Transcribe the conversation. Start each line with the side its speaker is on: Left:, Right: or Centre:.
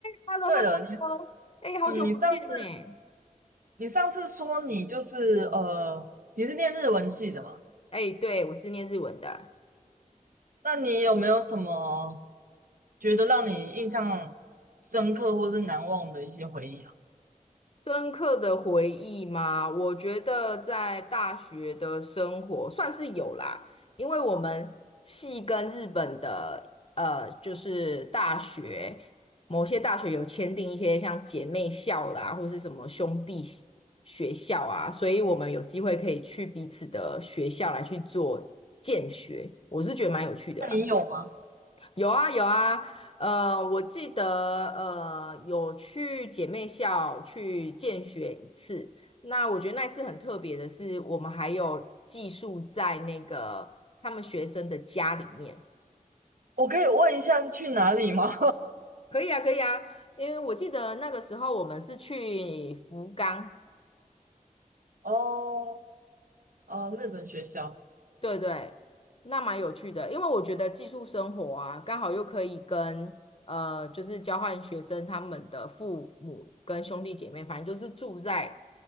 Left: Hello，Hello，
Right: 对了，你
Left: 哎，好久不见呢！
Right: 嗯，你上次你上次说你就是呃，你是念日文系的嘛？
Left: 哎，对，我是念日文的。
Right: 那你有没有什么觉得让你印象深刻或是难忘的一些回忆啊？
Left: 深刻的回忆吗？我觉得在大学的生活算是有啦，因为我们系跟日本的呃，就是大学某些大学有签订一些像姐妹校啦，或是什么兄弟学校啊，所以我们有机会可以去彼此的学校来去做见学，我是觉得蛮有趣的啦。
Right: 那你有吗？
Left: 有啊有啊，呃，我记得呃有去姐妹校去见学一次。那我觉得那次很特别的是，我们还有寄宿在那个他们学生的家里面。
Right: 我可以问一下是去哪里吗？
Left: 可以啊，可以啊，因为我记得那个时候我们是去福冈，
Right: <laughs> 哦，呃，日本学校，
Left: 对对，那蛮有趣的，因为我觉得寄宿生活啊，刚好又可以跟呃，就是交换学生他们的父母跟兄弟姐妹，反正就是住在